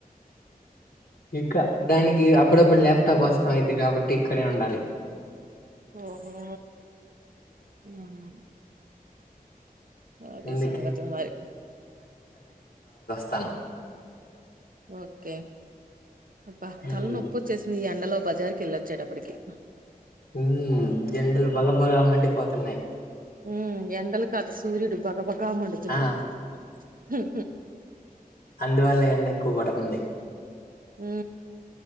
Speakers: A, on the left (about 75°); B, on the right (about 65°).
A: ఇంకా దానికి అప్పుడప్పుడు ల్యాప్టాప్స ఇది కాబట్టి ఇక్కడే ఉండాలి
B: ఓహో హ్మ్ అది
A: అందుకే
B: సాంగతే మరి
A: తను
B: ఓకే బ తల
A: ఉమ్,
B: నొప్పొచ్చసింది ఈ ఎండలో బజార్కి వెళ్ళొచ్చేటప్పటికి
A: ఉ జండలు బగ బగ మంటడి పోతున్నాయి
B: ఉ ఎండల కాదు సూర్యుడు భగభక్తి కామండుతున్నాడు
A: ఆ
B: హ
A: అందువల్ల ఏన్నా ఎక్కువ పడుతుంది
B: ఉ